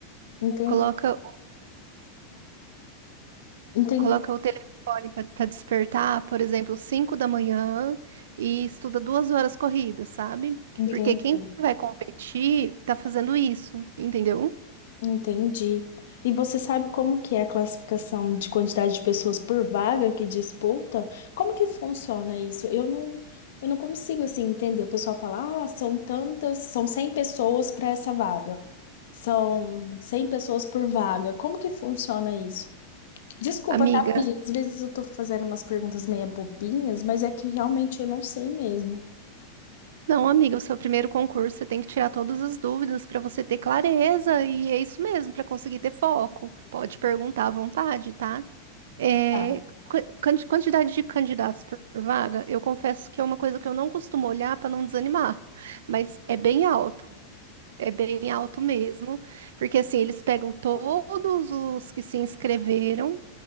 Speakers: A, on the left (about 65°); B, on the right (about 85°).
A: enten-
B: coloca,
A: enten-
B: coloca o telefone para despertar, por exemplo, 5 da manhã e estuda duas horas corridas, sabe?
A: entendo.
B: Porque quem vai competir tá fazendo isso, entendeu?
A: Entendi. E você sabe como que é a classificação de quantidade de pessoas por vaga que disputa? Como que funciona isso? Eu não, eu não consigo assim entender. O pessoal fala, ah, são tantas, são cem pessoas para essa vaga. São 100 pessoas por vaga. Como que funciona isso? Desculpa,
B: Amiga,
A: tá, Pri? Às vezes eu tô fazendo umas perguntas meio bobinhas, mas é que realmente eu não sei mesmo.
B: Não, amiga, o seu primeiro concurso, você tem que tirar todas as dúvidas para você ter clareza, e é isso mesmo, para conseguir ter foco. Pode perguntar à vontade, tá? É,
A: Tá.
B: qua- quanti- quantidade de candidatos por por vaga, eu confesso que é uma coisa que eu não costumo olhar para não desanimar, mas é bem alto, é bem alto mesmo, porque assim, eles pegam todos
A: <laughs>
B: os que se inscreveram,